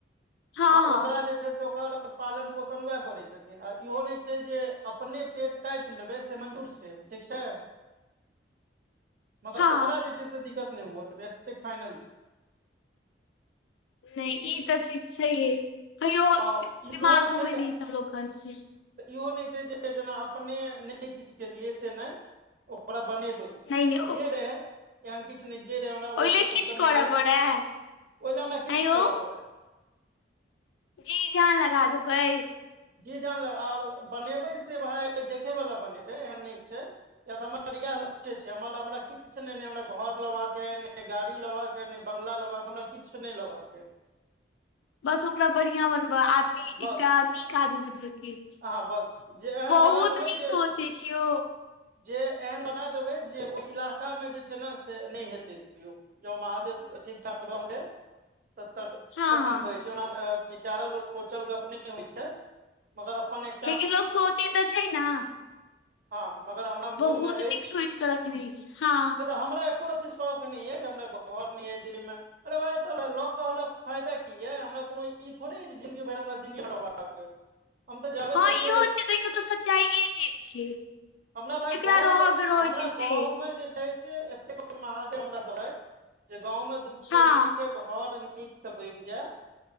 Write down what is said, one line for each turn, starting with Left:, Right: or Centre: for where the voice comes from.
Left: हँ
Right: आ
Left: हँ
Right: ओकरा जे छै से ओकर पालन पोषण वैह करै छथिन। आ इहो नहि छै जे, अपने पेट काटि लेबै से मंजूर छै ठीक छै। मगर
Left: हँ
Right: ओकरा जे छै से दिक्कत नहि हुए देबै एते फाइनल छै।
Left: नहि ई तऽ चीज छैहे। छैहो दिमागो
Right: आ इहो छै
Left: में
Right: जे
Left: नहि इ सबलोग अनतै।
Right: इहो नहि छै जे से जेना अपने नहि किछ केलियै से नहि, ओकरा बनेबै
Left: नहि नहि ओ
Right: जे रहै एहन किछ नहि जे तैं हमरा ओहि हिसाब
Left: लेल किछु
Right: स
Left: करऽ
Right: नहि अय,
Left: पड़ै आँय
Right: ओहि ल हमरा नहि किछ
Left: यौ
Right: करऽ पड़ै।
Left: जी जान लगा देबै।
Right: जी जान लगा आरो बनेबै से भाय देखै वला बनेबै, एहन नहि छै। किया त हमर इएह लक्ष्य छै, हमर हमरा किछु नहि नह हमरा घर लेबाका के ने गाड़ी लेवा कय बंगला लेबाक‌अय हमरा किछु नहि लेबाक अछि
Left: बस ओकरा बढ़िआँ बनबय, आदमी एकटा
Right: बस
Left: नीक आदमी बनबयके। अछि
Right: अहाँ बस जे एहन
Left: बहुत
Right: बना देबै
Left: नीक सोच
Right: जे
Left: अछि यौ
Right: जे एहन बना देबै जे, ओहि इलाकामे जे छै ने से नहि हेतै क्यों। जो महादेव! ठीक- ठाक रह रहलै तब तकऽ
Left: हँ
Right: तखन
Left: हँ
Right: कहै छै, औऔ ओना विचारल सोचल गप नहि होइ छै, मगर अपन एक
Left: लेकिन लोग सोचे तऽ छै ने।
Right: हँ, मगर हमरा मोन
Left: बहुत
Right: मे
Left: नीक
Right: अछि।
Left: सोच कऽ रखने छी हँ
Right: हमरा एको रर्ती शौख नहि य, जे हमरा घर नहि य दिल्लीमे। अरे भाइ तऽ लऽ कऽ हमरा फायदा की यए, हमरा कोनो ई थोड़े य जे, जिनगी भरि हमरा दिल्ली मे रहबाक अइ। हम तऽ जाबे
Left: हँ,
Right: तक
Left: इहो छै, देखियौ तऽ सच्चाइए इहे चीज छियै।
Right: हमरा भाय,
Left: जेकरा
Right: गाँवमे
Left: रहय के रहै
Right: हमरा
Left: छै से
Right: गाँवमे जे छै। एतेक महादेव हमरा दैथ, जे गाँवं दू
Left: हँ
Right: कोठली के घर नीकसँ बनि जाय।